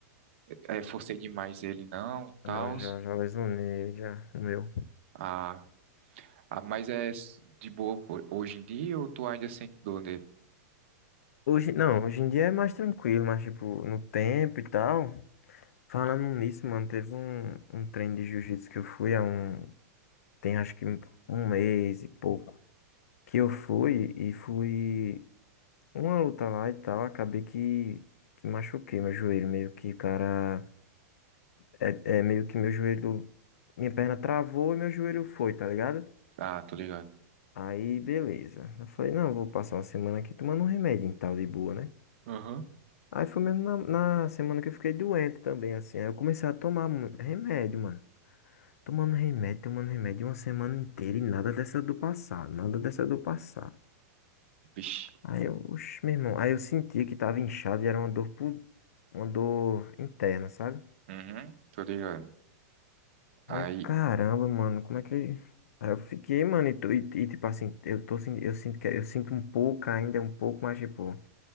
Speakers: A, on the right; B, on the left.
A: é, forcei demais ele não e tal.
B: Não, eu já, já lesionei, já, o meu.
A: Ah, ah, mas é s- de boa por- hoje em dia ou tu ainda sente dor nele?
B: Hoje, não, hoje em dia é mais tranquilo, mas, tipo, no tempo e tal. Falando nisso, mano, teve um, um treino de jiu-jitsu que eu fui há um, tem acho que um mês e pouco. Que eu fui e fui uma luta lá e tal, acabei que, que machuquei meu joelho, meio que o cara É, é meio que meu joelho, minha perna travou e meu joelho foi, tá ligado?
A: Ah, tô ligado.
B: Aí, beleza. Eu falei, não, eu vou passar uma semana aqui tomando um remédio e tal, de boa, né?
A: Aham.
B: Aí foi mesmo na, na semana que eu fiquei doente também, assim. Aí eu comecei a tomar mu- remédio, mano. Tomando remédio, tomando remédio uma semana inteira e nada dessa do passar, nada dessa do passar.
A: Vixe.
B: Aí eu, oxe, meu irmão, aí eu sentia que tava inchado e era uma dor, pu- uma dor interna, sabe?
A: Uhum, tô ligado. Aí,
B: Aí eu, caramba, mano, como é que. Aí eu fiquei, mano, e, tu- e- e, tipo assim, eu tô sen- eu sinto que eu sinto um pouco ainda, um pouco, mas tipo,